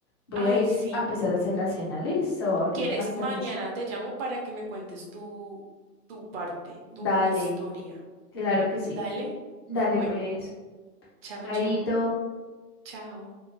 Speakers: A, on the left; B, on the right.
A: Voy
B: Ay,
A: a ir
B: sí,
A: a empezar a hacer la cena. Listo, ahorita
B: quieres,
A: más
B: mañana
A: tarde. sí.
B: te llamo para que me cuentes tu, tu parte,
A: Dale,
B: tu historia.
A: claro que sí.
B: Dale.
A: Dale,
B: Bueno,
A: pues.
B: chao,
A: Chaito.
B: chao. Chao.